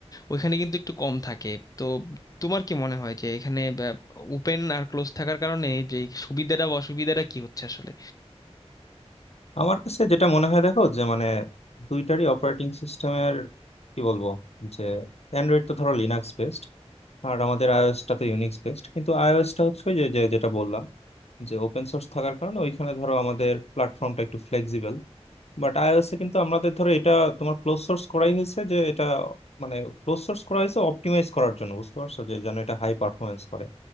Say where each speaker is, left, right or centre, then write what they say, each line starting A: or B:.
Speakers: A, on the left; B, on the left.
A: ওইখানে কিন্তু একটু কম থাকে তো তোমার কি মনে হয় যে এখানে ওপেন আর ক্লোজ থাকার কারণে যে সুবিধাটা বা অসুবিধাটা কি হচ্ছে আসলে
B: আমার কাছে যেটা মনে হয় দেখো যে মানে দুইটারই অপারেটিং সিস্টেমের কি বলবো যে অ্যান্ড্রয়েড তো ধরো লিনাক্স বেসড আর আমাদের আইওএসটা তো ইউনিক্স বেসড কিন্তু আইওএসটা হচ্ছে ওই যে যে- যেটা বললাম যে ওপেন সোর্স থাকার কারণে ওইখানে ধরো আমাদের প্ল্যাটফর্মটা একটু ফ্লেক্সিবল বাট আইওএসে কিন্তু আমাদের ধরো এটা তোমার ক্লোজ সোর্স করাই হয়েছে যে এটা মানে ক্লোজ সোর্স করা হয়েছে অপটিমাইজ করার জন্য বুঝতে পারছো যে যেন এটা হাই পারফরমেন্স করে